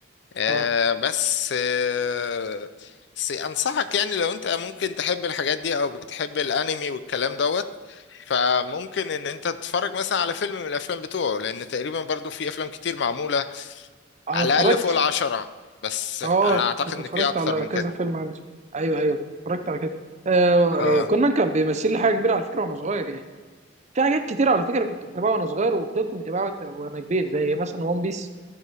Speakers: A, on the left; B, on the right.
A: آه
B: اه
A: بس آه بس انصحك يعني لو انت ممكن تحب الحاجات دي او بتحب الانمي والكلام دوت فممكن ان انت تتفرج مثلا على فيلم من الافلام بتوعه لان تقريبا برضو في افلام كتير معمولة
B: انا
A: على
B: اتفرجت
A: الاقل فوق العشرة بس
B: اه
A: انا اعتقد
B: كنت
A: ان
B: اتفرجت
A: في اكتر
B: على
A: من
B: كذا
A: كده
B: فيلم عنده ايوه ايوه كنت اتفرجت على كده آه
A: اه
B: كنا كان بيمثل لي حاجه كبيره على فكره وانا صغير يعني في حاجات كتير على فكره كنت بتابعها وانا صغير وفضلت متابعها وانا وانا كبير زي مثلا ون بيس